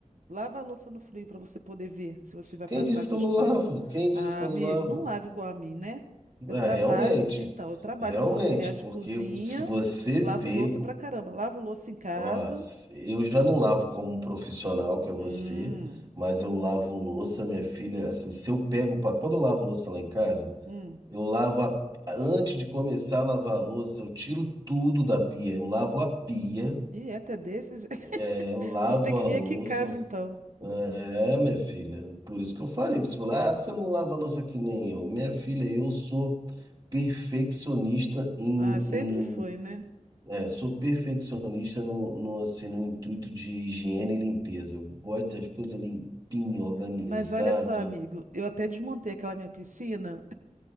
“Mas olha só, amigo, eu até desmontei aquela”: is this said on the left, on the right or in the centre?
Right